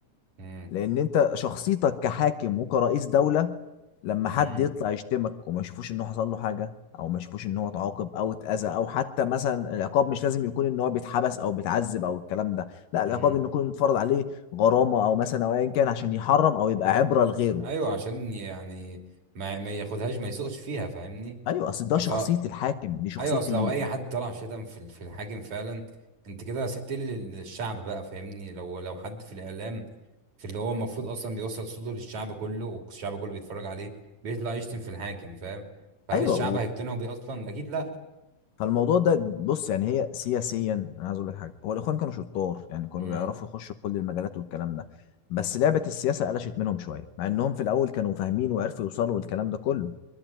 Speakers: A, on the right; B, on the left.
A: امم
B: لان انت شخصيتك كحاكم وكرئيس دولة لما حد
A: امم
B: يطلع يشتمك وما يشوفوش انه حصل له حاجة او ما يشوفوش
A: امم
B: ان هو اتعاقب او اتأذى او حتى مثلا العقاب مش لازم يكون ان هو بيتحبس او بيتعذب او الكلام ده لا العقاب
A: أمم.
B: ان يكون متفرض عليه غرامة او مثلا او ايا كان عشان يحرم او يبقى عبرة لغيره
A: ايوه عشان يعني ما ما ياخدهاش ما يسوقش فيها فاهمني
B: ايوه اصل ده
A: اصل
B: شخصية الحاكم دي شخصية
A: ايوه اصل
B: الم...
A: لو اي حد طلع شتم في ال- في الحاكم فعلا انت كده سبت ايه لل- للشعب بقى فاهمني لو لو حد في الاعلام في اللي هو المفروض اصلا بيوصل صوته للشعب كله والشعب كله بيتفرج عليه بيطلع يشتم في الحاكم فاهم فهل
B: ايوه
A: الشعب هيقتنعوا بيه اصلا اكيد لا
B: فالموضوع ده بص يعني هي سياسيا انا عايز اقول لك حاجه هو الاخوان كانوا شطار يعني كانوا
A: امم
B: بيعرفوا يخشوا في كل المجالات والكلام ده بس لعبه السياسه قلشت منهم شويه مع انهم في الاول كانوا فاهمين وعرفوا يوصلوا للكلام ده كله